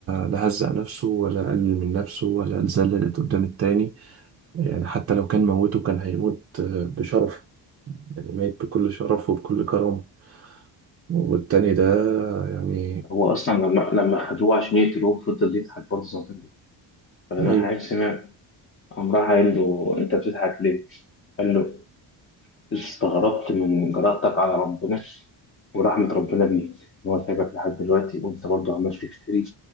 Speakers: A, on the right; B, on the left.
A: لا هزق نفسه ولا قلل من نفسه ولا اتذللت قدام التاني يعني حتى لو كان موته كان هيموت آه، بشرف يعني ميت بكل شرف وبكل كرامة والتاني ده يعني
B: هو اصلا لما لما خدوه عشان يقتلوه فضل يضحك برضه زي ما كان بيضحك. فلما
A: أيوه
B: الحاج سمع قام راح قال له انت بتضحك ليه؟ قال له استغربت من جرأتك على ربنا ورحمة ربنا بيك إن هو سايبك لحد دلوقتي وأنت برضه عمال تفتري